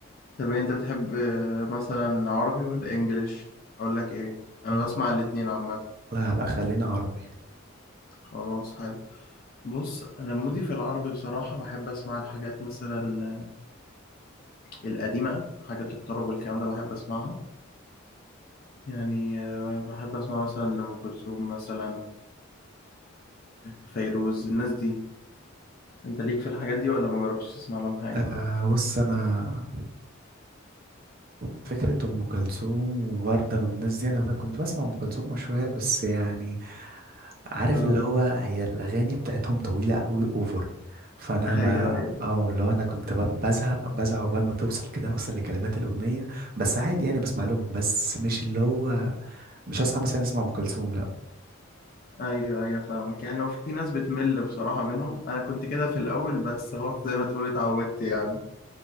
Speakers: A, on the left (about 45°); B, on the right (about 45°).
A: طب انت بتحب آه، مثلا عربي ولا انجليش اقول لك ايه انا
B: مم.
A: بسمع الاتنين عامه
B: لا لا خلينا عربي
A: خلاص حلو بص انا مودي في العربي بصراحه بحب اسمع الحاجات مثلا آه، القديمه حاجات الطرب والكلام ده بحب اسمعها يعني آه، بحب اسمع مثلا لأم كلثوم مثلا لفيروز الناس دي انت ليك في الحاجات دي ولا ما جربتش تسمع لهم حاجه
B: آه بص انا فكرة أم كلثوم ووردة والناس دي أنا بقى كنت بسمع أم كلثوم أه شوية بس يعني عارف
A: اه
B: اللي هو هي الأغاني بتاعتهم طويلة أوي أوفر فأنا
A: ايوه
B: ما اه اللي هو أنا كنت ب- بزهق بزهق عقبال ما توصل كده أوصل لكلمات الأغنية بس عادي يعني بسمع لهم بس مش اللي هو مش هصحى مثلا أسمع أم كلثوم لأ
A: ايوه ايوه فاهمك يعني هو في ناس بتمل بصراحة منهم انا كنت كده في الاول بس هو زي ما تقول اتعودت يعني